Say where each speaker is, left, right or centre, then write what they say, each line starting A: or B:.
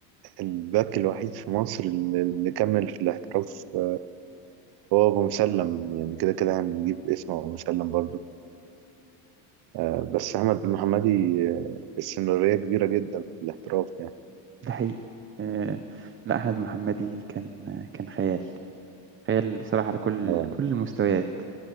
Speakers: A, on the right; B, on the right.
A: الباك الوحيد في مصر اللي اللي كمل في الاحتراف آه، هو أبو مسلم يعني كده كده هنجيب اسمه أبو مسلم برضه آه، بس أحمد المحمدي آه، استمرارية كبيرة جدا في الاحتراف يعني
B: ده حقيقي آه لا احمد المحمدي كان كان خيال خيال بصراحة على كل
A: اه
B: كل المستويات